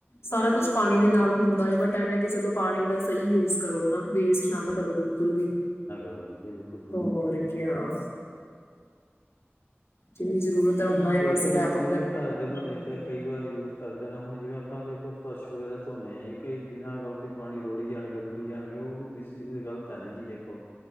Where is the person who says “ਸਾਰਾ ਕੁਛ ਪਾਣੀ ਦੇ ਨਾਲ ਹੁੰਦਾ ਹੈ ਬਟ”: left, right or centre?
Left